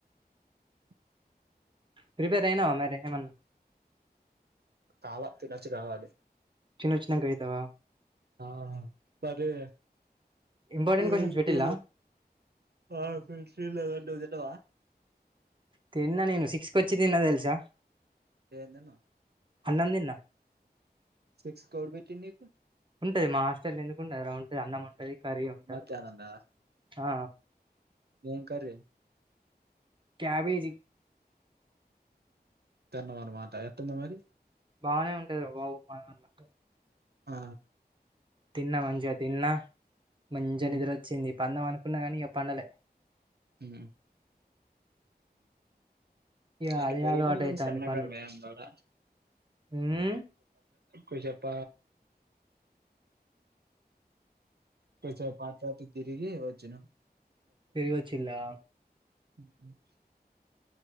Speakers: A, on the right (about 75°); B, on the right (about 30°).
A: అ
B: ప్రిపేయర్ అయినవ మరి ఎగ్జామ్ అన్నావ్
A: కాల తినచుకగని
B: తినొచ్చినంక అయితవా
A: ఆ మరే
B: ఇంపార్టెంట్
A: పిజ్జా
B: క్వశ్చన్స్ పెట్టిల్లా
A: అలాంటివి తిన్నావా
B: తిన్నా నేను సిక్స్ కొచ్చి తిన్ననేను తెలుసా
A: ఎంతిన్నావ్
B: అన్నం తిన్న
A: సిక్స్ కి ఎవరు పెట్టిరు నీకు
B: ఉంటది మా హాస్టలో ఎందుకుండదురా అన్నం ఉంటంది కర్రీ ఉంటది
A: మధ్యాహ్నం దా
B: ఆ
A: ఏం కర్రీ
B: క్యాబేజి
A: తిన్నావా అన్నమాట ఎంతతినవ్ మరి
B: బానే ఉంటది అబ్బా ఉపమాన్నక
A: ఆ
B: తిన్న మంచిగా తిన్నా మంచిగా
A: ఉమ్
B: నిద్ర వచ్చింది పందం అనుకున్న కానీ ఇక పందలే
A: ఉమ్
B: ఇక
A: మాకు
B: అదే
A: బైలుల
B: అలవాటు అయితాంది
A: సన్నగా
B: పండుడు
A: మేం కూడా
B: ఉమ్
A: కొంచెంప కొంచెం పర్కంత తిరిగి వచ్చిన
B: పెరిగి వచ్చిలా
A: హ